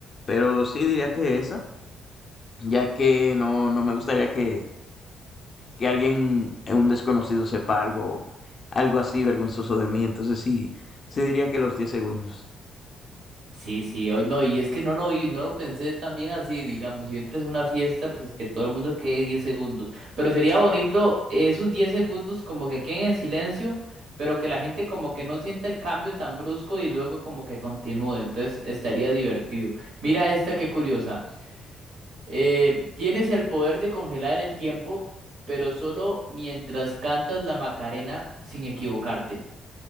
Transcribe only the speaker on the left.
pero sí diría que esa, ya que no, no me gustaría que, que alguien, eh, un desconocido, sepa algo, algo así vergonzoso de mí, entonces sí, sí diría que los diez segundos.